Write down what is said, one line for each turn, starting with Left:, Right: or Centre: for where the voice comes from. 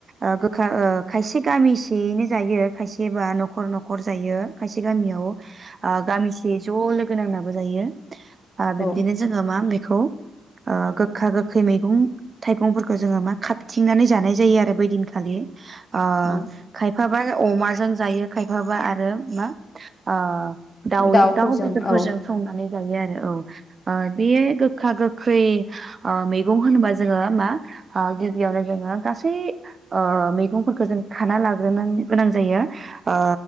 Right: ओ गोखा ओ खायसे गामिसेयैनो जायो खायसेबा न'खर न'खर जायो खायसे गामियाव ओ गामिसे ज' लोगो नांना ज' जायो ओ
Left: औ
Right: बिबदिनो जोङो मा खौ ओ गोखा गो खै मैगं थाइगंफोरखौ जोङो मा खााबथिंनानै जानाय जायो आरो बै दिनखालि आ
Left: औ
Right: खाय फाबा अमाजों जायो खायफाबा आरो मा आ दाउ
Left: दाउफोरजों
Right: दाउ बेदरफोरजों
Left: औ
Right: संनानै जायो आरो औ ओ बेयो गोखा गोखै ओ मैगं होनबा जोङो मा ओ गिबियावनो जोङो गासै ओ मैगंफोरखौ जों खाना लाग्रोनो गोनां जायो। अ